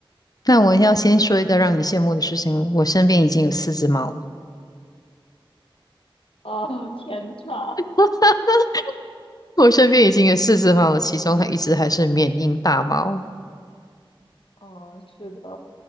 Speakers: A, on the left; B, on the left.
A: 那我要先说一个让你羡慕的事情，
B: 对，
A: 我身边已经有四只猫了，
B: 啊天呐，
A: <laughs> 我身边已经有四只猫了，其中还一只还是缅因大猫。
B: 哦，是的。